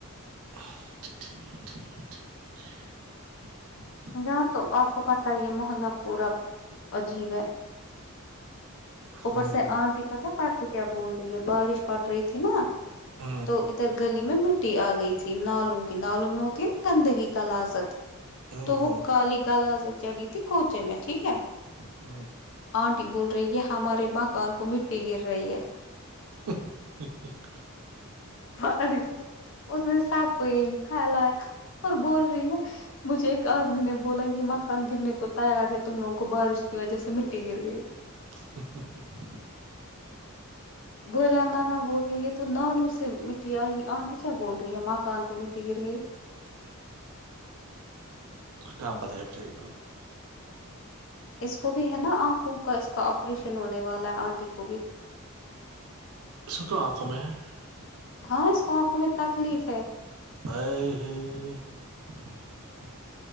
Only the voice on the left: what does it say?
یہاں تو آپ کو پت ہی یہ محلہ پورا عجیب ہے- اوپر
سے
انٹی پت ہے پر تو کیا بول رہی ہے بارش پڑ رہی تھی نا-
تو ادھر گلی میں مٹی آ گئی تھی نالوں کی نالوں میں ہوتی ہے نا گندگی کا لازت-
تو
وہ کالی گال چڑی تھی کونچے میں ٹھیک ہے-
آنٹی بول رہی یہ ہمارے مکان کو مٹی گر رہی ہے-
مر اس نے سب کو یہی پھیلایا- اور بول رہی ہے مجھے آدمی نے بولا یہ م ان گرنے کو تیار ہے تم لوگوں کو بارش کی وجہ سے مٹی گر گئی-
بوجانا نہ بول رہی ہے تو نالو سے مٹی آئی آنٹی کیا بول رہی ہے ماں کان کو مٹی گر گئی-
اس کو بھی ہے نا آنکھوں کا اس کا آپریشن ہونے والا ہے آنٹی کو بھی-
ہاں اس کو آنکھوں میں تکلیف ہے